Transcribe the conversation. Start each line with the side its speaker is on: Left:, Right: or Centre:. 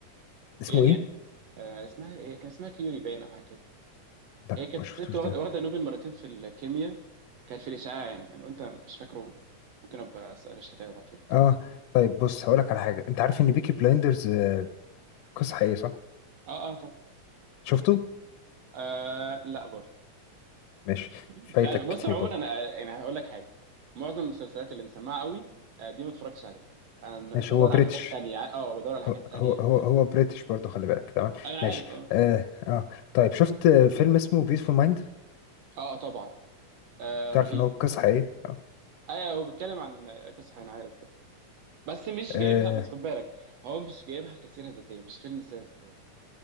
Left: اسمه
Right: إيه
Left: ايه
Right: يعني آه، اسمها ايه كان اسمها كيوري باين او حاجه كده
Left: لا
Right: هي كانت
Left: ما شفتوش
Right: ست واخده
Left: ده
Right: واخده نوبل مرتين في الكيمياء كانت في الاشعاع يعني لو انت مش فاكره ممكن ابقى اسال الشكايه وابعته لك
Left: اه
Right: يعني
Left: طيب بص هقول لك على حاجه انت عارف ان بيكي بلايندرز قصه حقيقيه صح
Right: اه اه طب
Left: شفته
Right: آه لا برضه
Left: ماشي فايتك
Right: مش عارف بص
Left: كتير
Right: عموما
Left: برضه
Right: انا يعني هقول لك حاجه معظم المسلسلات اللي مسمعه قوي آه، دي ما اتفرجتش عليها انا
Left: ماشي
Right: بدور
Left: هو بريتش
Right: على حاجات تانية اه بدور على حاجات
Left: هو
Right: تانية
Left: هو هو
Right: فاهم
Left: هو بريتش برضه خلي بالك تمام
Right: أيوة، انا
Left: ماشي
Right: عارف اه
Left: اه اه طيب شفت آه، فيلم اسمه بيسفول مايند
Right: اه آه، طبعا آه
Left: تعرف
Right: رهيب
Left: ان هو قصه حقيقيه اه
Right: ايوه هو بيتكلم عن قصه انا عارف ده بس مش
Left: آه،
Right: جايبها بس خد بالك هو مش جايبها كسيره ذاتيه مش فيلم سيره ذاتيه